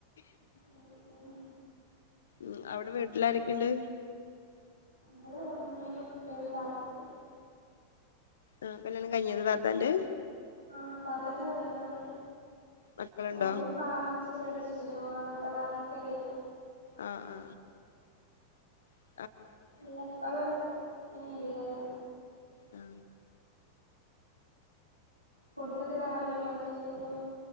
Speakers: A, on the right; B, on the left.
A: ഉം ഉം
B: ഉം അവിടെ വീട്ടിലാരൊക്കെയുണ്ട്.
A: ടെ ഉമ്മയും ഉപ്പേം താത്തെ
B: ആഹ് കല്യാണം കഴിഞ്ഞതാ താത്താന്റെ
A: ആ താത്താന്റെ അത കല്യാണമൊക്കെ
B: മക്കളുണ്ടോ
A: ഓള് ഫാർമസി പഠിച്ചിനി ഓളെ കൂ ഇവിടെ വർക്കെയ്യാ
B: ആ അ ആ
A: ഇല്ല ഇപ്പവടല്ല ഏ ഇല്ലല്ല
B: ആ
A: ഫുഡൊക്കെ രാവിലെ ഉണ്ടാക്കിയേക്കുലെ